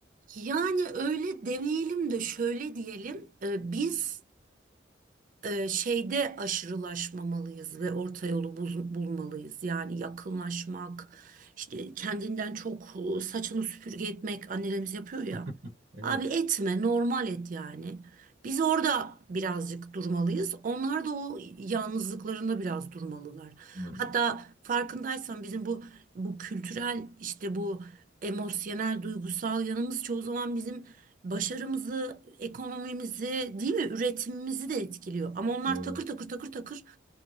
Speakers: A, on the right; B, on the right.
A: Yani öyle demeyelim de şöyle diyelim. Ee, Biz e, şeyde aşırılaşmamalıyız ve orta yolu bul- bulmalıyız. Yani yakınlaşmak, işte kendinden çok e, saçını süpürge etmek annelerimiz yapıyor ya.
B: <laughs> Evet.
A: Abi etme, normal et yani. Biz orada birazcık durmalıyız. Onlar da o yalnızlıklarında biraz durmalılar.
B: Hmm,
A: Hatta farkındaysan bizim bu bu kültürel işte bu emosyonel duygusal yanımız çoğu zaman bizim başarımızı, ekonomimizi, değil mi, üretimimizi de etkiliyor. Ama onlar
B: doğru.
A: takır takır takır takır,